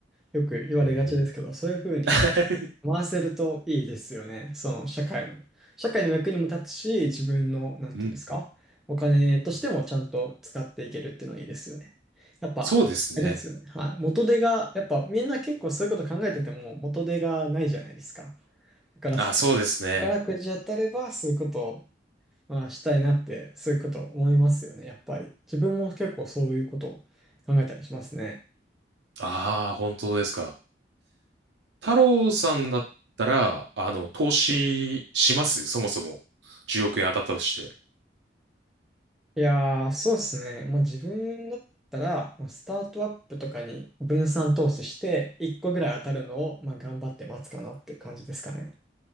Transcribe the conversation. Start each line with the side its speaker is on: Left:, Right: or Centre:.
Centre: よく言われがちですけど、
Right: うん。
Centre: そういうふうに
Right: <laughs>
Centre: 回せるといいですよね。その社会の。社会の役にも立つし、自分の、なんていうんですか、
Right: うん。
Centre: お金としてもちゃんと使っていけるっていうのはいいですよね。やっぱ、
Right: そうですね。
Centre: あれですよね。はい。元手が、やっぱみんな結構そういうこと考えてても元手がないじゃないですか。だから、
Right: あ、そうですね。
Centre: 宝くじ当たればそういうことを、まあ、したいなって、そういうこと思いますよね、やっぱり。自分も結構そういうことを考えたりしますね。
Right: ああ、本当ですか。太郎さんだったら、あの、投資しますそもそも。10億円当たったとして。
Centre: いやー、そうですね。もう自分だったら、もうスタートアップとかに分散投資して、1個ぐらい当たるのを、まあ、頑張って待つかなっていう感じですかね。